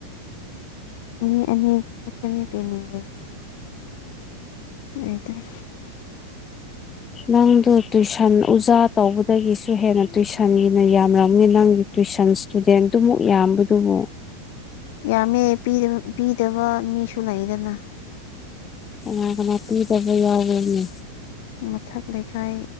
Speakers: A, on the left; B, on the left.
A: ꯃꯤ ꯑꯅꯥ <inaudible> ꯄꯤꯅꯤꯡ ꯂꯩ꯫ ꯂꯩꯇꯔꯦ꯫
B: ꯅꯪꯗꯣ ꯇꯨꯏꯁꯟ ꯎꯖꯥ ꯇꯧꯕꯗꯒꯤꯁꯨ ꯍꯦꯟꯅ ꯇꯨꯏꯁꯟꯒꯤꯅ ꯌꯥꯝꯔꯝꯅꯤ ꯅꯪꯒꯤ ꯇꯨꯏꯁꯟ ꯏꯁꯇꯨꯗꯦꯟꯗꯨꯃꯨꯛ ꯌꯥꯝꯕꯗꯨꯕꯨ꯫
A: ꯌꯥꯝꯃꯦ ꯄꯤꯗ ꯄꯤꯗꯕꯥ ꯃꯤꯁꯨ ꯂꯩꯗꯅ꯫
B: ꯀꯅꯥ ꯀꯅꯥ ꯄꯤꯗꯕ ꯌꯥꯎꯕ꯭ꯔꯅꯦ꯫
A: ꯃꯊꯛ ꯂꯩꯀꯥꯏ